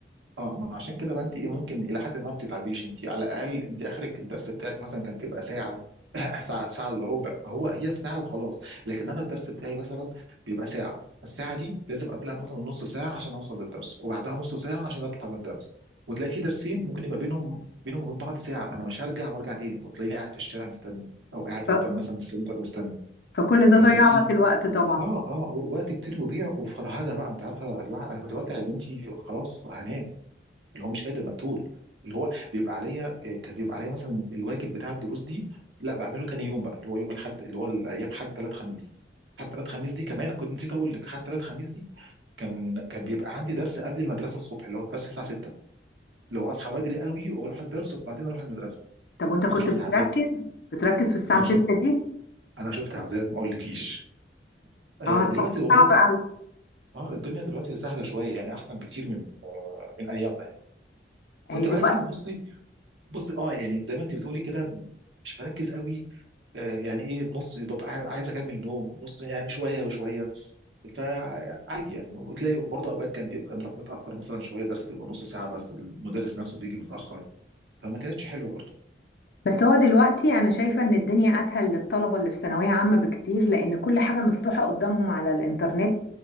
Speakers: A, on the right; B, on the left.
A: اه ما عشان كده بقى انت ايه ممكن الى حد ما بتتعبيش انت على الاقل انت اخرك الدرس بتاعك مثلا كان بيبقى ساعه <laughs> ساعه ساعه الا ربع فهو هي الساعه وخلاص لكن انا الدرس بتاعي مثلا بيبقى ساعه الساعه دي لازم قبلها مثلا نص ساعه عشان اوصل للدرس وبعدها نص ساعه عشان اطلع من الدرس وتلاقي في درسين ممكن يبقى بينهم بينهم وبين بعض ساعه فانا مش هرجع وارجع تاني وتلاقيني قاعد في الشارع مستني او قاعد قدام
B: ف...
A: مثلا السنتر مستني
B: فكل ده ضيع
A: فكان في
B: لك الوقت طبعا
A: اه اه وقت كتير بيضيع وفرهده بقى انت عارفه الواحد انا كنت برجع يا بنتي خلاص هنام اللي هو مش قادر مقتول اللي هو بيبقى عليا آه، كان بيبقى عليا مثلا الواجب بتاع الدروس دي لا بعمله تاني يوم بقى اللي هو يوم الاحد اللي هو الايام حد ثلاث خميس حتى ثلاث خميس دي كمان أنا كنت نسيت اقول لك حتى ثلاث خميس دي كان كان بيبقى عندي درس قبل المدرسه الصبح اللي هو الدرس الساعه 6 اللي هو اصحى بدري قوي واروح الدرس وبعدين اروح المدرسه
B: طب وانت كنت
A: انا شفت
B: بتركز
A: عذاب
B: بتركز في الساعه
A: انا
B: 6
A: شفت
B: دي
A: انا شفت عذاب ما اقولكيش آه،
B: اه ص-
A: دلوقتي والله
B: صعب
A: د...
B: قوي
A: اه الدنيا دلوقتي سهله شويه يعني احسن بكتير من آه، من ايام ده يعني كنت
B: هي دلوقتي
A: بركز بصي بصي اه يعني زي ما انت بتقولي كده مش مركز قوي آه، يعني ايه نص ببقى عاي- عايز اكمل نوم نص يعني شويه وشويه فعادي يعني وتلاقي برضه اوقات كان بيبقى نروح متاخر مثلا شويه درس بيبقى نص ساعه بس المدرس نفسه بيجي متاخر فما كانتش حلوه برضه
B: بس هو دلوقتي انا شايفة ان الدنيا اسهل للطلبة اللي في ثانوية عامة بكتير لان كل حاجة مفتوحة قدامهم على الانترنت